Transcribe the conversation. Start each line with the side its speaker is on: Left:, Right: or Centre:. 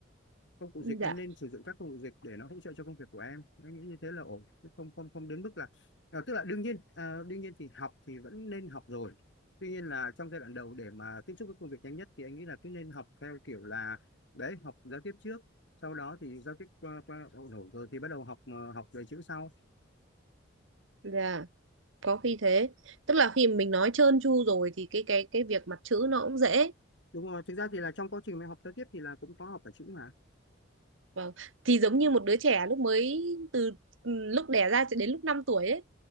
Left: công cụ dịch em
Right: dạ
Left: nên sử dụng các công cụ dịch để nó hỗ trợ cho công việc của em em nghĩ như thế là ổn chứ không không không đến mức là à, tức là đương nhiên à, đương nhiên thì học thì vẫn nên học rồi tuy nhiên là trong giai đoạn đầu để mà tiếp xúc với công việc nhanh nhất thì anh nghĩ là cứ nên học theo kiểu là đấy học giao tiếp trước sau đó thì giao tiếp qua qua ổn ổn rồi thì bắt đầu học ờ, học về chữ sau
Right: dạ có khi thế tức là khi mình nói trơn tru rồi thì cái cái cái việc mặt chữ nó cũng dễ
Left: đúng rồi thực ra thì là trong quá trình mình học giao tiếp thì là cũng có học cả chữ mà
Right: vâng thì giống như một đứa trẻ lúc mới từ ừ, lúc đẻ ra cho đến lúc 5 tuổi ấy